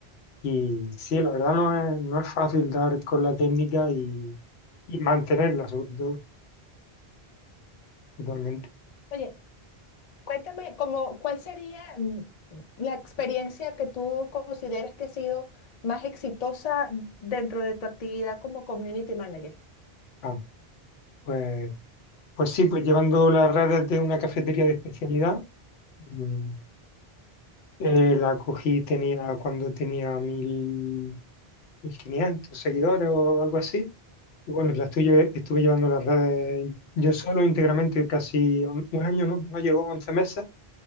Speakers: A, on the left (about 80°); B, on the left (about 45°).
A: Y sí, la verdad no es, no es fácil dar con la técnica y, y mantenerla, sobre todo, totalmente.
B: Oye, cuéntame, como, ¿cuál sería mm, la experiencia que tú consideres que ha sido más exitosa dentro de tu actividad como community manager?
A: Ah, pues, pues sí, pues llevando las redes de una cafetería de especialidad, mm, eh, la cogí tenía, cuando tenía mil 1500 seguidores o algo así. Y bueno, la estuve, estuve llevando las redes yo solo íntegramente casi un, un año, ¿no? No llegó 11 meses.